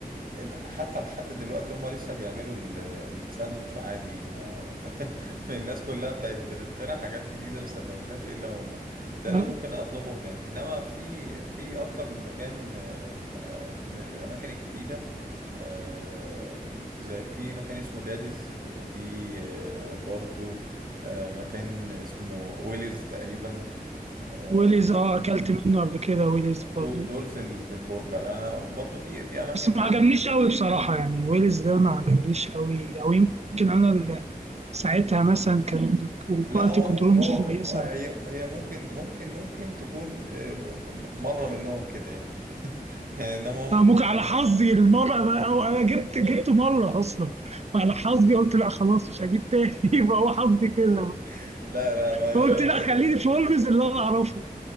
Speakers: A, on the right (about 65°); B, on the right (about 45°).
A: حتى لحد دلوقتي هم لسه بيعملوا ال- الساندوتش عادي ما <laughs> الناس كلها بقت بتخترع حاجات جديدة في السندوتشات الا هم ده اللي
B: آه.
A: ممكن اطلبه هناك انما في في اكتر من مكان آه، آه، من الاماكن الجديدة آه، زي في مكان اسمه داديز وفي آه، برضو آه، مكان اسمه ويلز تقريبا آه،
B: ويليز اه أكلت منه قبل كده ويليز
A: دول
B: برضه
A: دول في ال- في البرجر انا برضو في في اماكن
B: بس ما
A: تانية
B: عجبنيش قوي بصراحة يعني ويلز ده ما عجبنيش قوي أو يمكن أنا ال- ساعتها مثلا كان الكواليتي
A: لا هو
B: كنترول
A: هو
B: مش كويسة
A: آه،
B: أوي.
A: هي هي ممكن ممكن ممكن تكون آه، مرة منهم كده يعني <laughs> يعني انما هم
B: أنا
A: كانوا
B: ممكن على حظي المرة بقى أو أنا جبت جبت مرة أصلا فعلى حظي قلت لا خلاص مش هجيب تاني <laughs> يبقى هو حظي كده
A: <laughs> لا لا
B: فقلت
A: مش هت...
B: لا خليني في ويلز اللي أنا أعرفه